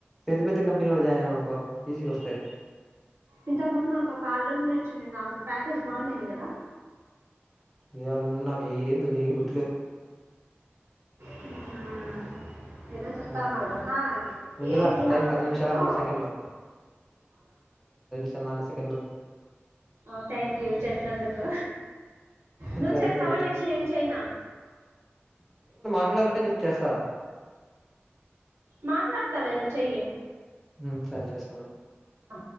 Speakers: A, in the centre; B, on the right.
A: పెద్ద పెద్ద కంపెనీలో జాయినానుకో ఈజీగ వోస్తయి.
B: ఇంతకు ముందు మనకు ఒక ఆల్లు మినేట్ చున్ నాకు ప్యాకేజ్ బాగునెండి కదా
A: ఈయల్ల మీన్ నక్ ఏం తల్ ఏం పుడుతలవ్
B: హ్మ్ ఊ ఊ ఏదో చెప్తా
A: ఆ
B: అన్నగద ఆ ఇదే
A: మంజుల
B: ఏ జి
A: టైం
B: హాస్పిటల్లో
A: పది నిమిషాల మూడు సెకండ్లు తేల్ నాలుగు సెకండ్లు
B: ఆ థ్యాంక్ యూ చెప్పినందుకు నువ్
A: సరే
B: చేస్తావా
A: సరే బై
B: నెక్స్ట్ నేన్ చేయనా
A: రుణాలన్టే చెప్ చేస్తా
B: మాట్లాడతాలే నువ్ చెయ్యి
A: మ్ సరే చేస్తా ఉండు
B: ఆ